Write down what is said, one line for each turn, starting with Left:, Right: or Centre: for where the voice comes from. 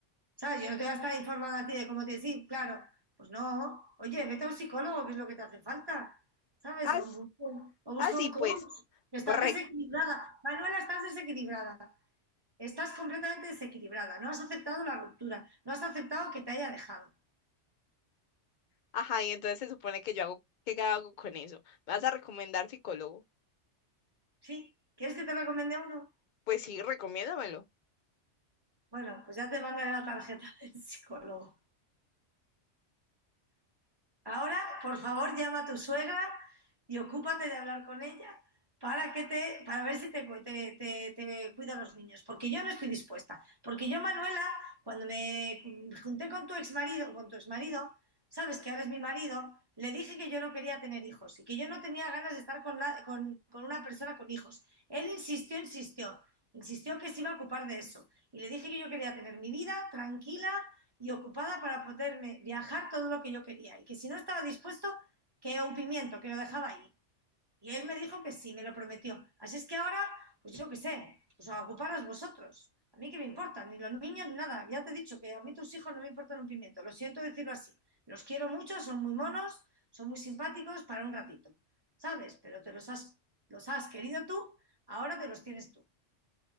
Right: ¿Sabes? Yo no te voy a estar informando a ti de cómo te decir, claro. Pues no, oye, vete a un psicólogo, que es lo que te hace falta. ¿Sabes?
Left: As-
Right: O busca, o busca
Left: así,
Right: un coach,
Left: pues,
Right: que estás
Left: correcto.
Right: desequilibrada. Manuela, estás desequilibrada. Estás completamente desequilibrada, no has aceptado la ruptura, no has aceptado que te haya dejado.
Left: Ajá, y entonces se supone que yo hago, ¿qué hago con eso? ¿Me vas a recomendar psicólogo?
Right: ¿Sí? ¿Quieres que te recomiende uno?
Left: Pues sí, recomiéndamelo.
Right: Bueno, pues ya te mandaré la tarjeta del psicólogo. Ahora, por favor, llama a tu suegra y ocúpate de hablar con ella para que te, para ver si te, te, te- te cuida los niños. Porque yo no estoy dispuesta. Porque yo, Manuela, cuando me junté con tu exmarido, con tu exmarido, sabes que ahora es mi marido, le dije que yo no quería tener hijos y que yo no tenía ganas de estar con, na- con- con una persona con hijos. Él insistió, insistió, insistió que se iba a ocupar de eso. Y le dije que yo quería tener mi vida tranquila y ocupada para poderme viajar todo lo que yo quería y que si no estaba dispuesto, que un pimiento, que lo dejaba ahí. Y él me dijo que sí, me lo prometió. Así es que ahora, pues yo qué sé, pues a ocuparos vosotros. A mí qué me importa, ni los niños ni nada. Ya te he dicho que a mí tus hijos no me importan un pimiento. Lo siento decirlo así. Los quiero mucho, son muy monos, son muy simpáticos para un ratito, ¿sabes? Pero te los has, los has querido tú, ahora te los tienes tú.